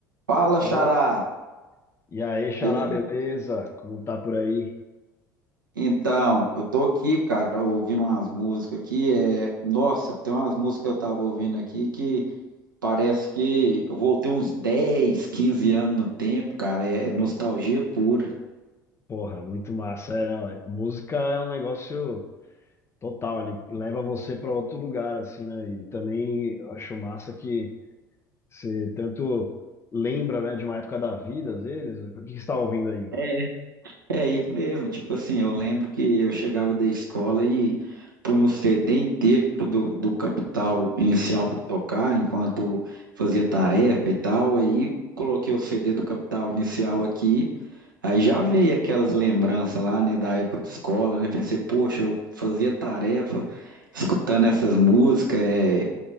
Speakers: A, on the right; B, on the left.
A: Fala,
B: Ô,
A: Xará,
B: e aí, Xará,
A: beleza?
B: beleza? Como tá por aí?
A: Então, eu tô aqui, cara, ouvindo umas músicas aqui. É... Nossa, tem umas músicas que eu tava ouvindo aqui que parece que eu voltei uns 10, 15 anos no tempo, cara. É, é nostalgia pura.
B: Porra, muito massa, é, não, é- música é um negócio total, ele leva você para outro lugar, assim, né? E também eu acho massa que você tanto lembra, né, de uma época da vida, às vezes. O que que você está ouvindo aí?
A: É é isso mesmo, tipo assim, eu lembro que eu chegava da escola e punha o CD inteiro do, do Capital Inicial pra tocar enquanto fazia tarefa e tal. Aí coloquei o CD do Capital Inicial aqui. Aí já veio aquelas lembranças lá, né, da época de escola, né? Pensei, poxa, eu fazia tarefa escutando essas músicas. é,